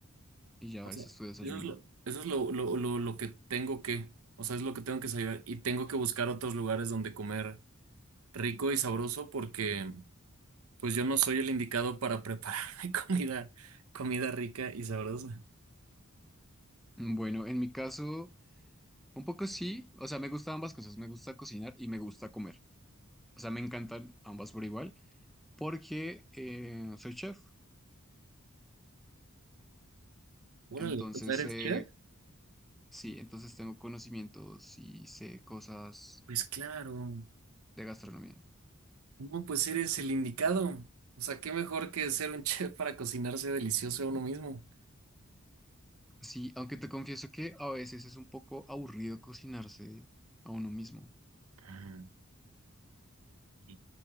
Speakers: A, in the centre; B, on the right.
A: y ya
B: O sea,
A: ese es tu desayuno.
B: eso es lo, eso es lo, lo, lo, lo que tengo que, o sea, es lo que tengo que saber y tengo que buscar otros lugares donde comer rico y sabroso porque pues yo no soy el indicado para prepararme <laughs> comida, comida rica y sabrosa.
A: Mm, Bueno, en mi caso, un poco sí, o sea, me gustan ambas cosas, me gusta cocinar y me gusta comer. O sea, me encantan ambas por igual, porque eh, soy chef,
B: Órale,
A: entonces
B: o sea, ¿eres
A: eh,
B: chef?
A: sí, entonces tengo conocimientos y sé cosas
B: Pues claro,
A: de gastronomía.
B: no, pues eres el indicado. O sea, qué mejor que ser un <laughs> chef para cocinarse delicioso a uno mismo.
A: Sí, aunque te confieso que a veces es un poco aburrido cocinarse a uno mismo.
B: Ah, qué